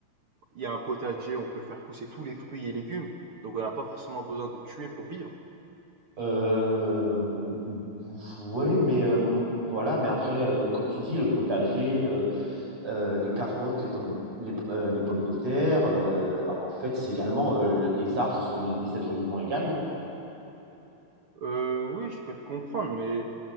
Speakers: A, on the right (about 60°); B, on the right (about 40°).
A: il y a un potager, on peut faire pousser tous les fruits et légumes. Donc, on n'a pas forcément besoin de tuer pour vivre.
B: Euh, oui, mais euh, voilà, mais après, euh, comme tu dis, le potager, euh, euh, les carottes, les, tom les, euh, les pommes de terre, euh, en fait, c'est également, euh, le- les arbres, ce sont des, des êtres vivants également.
A: Heu, oui, je peux te comprendre, mais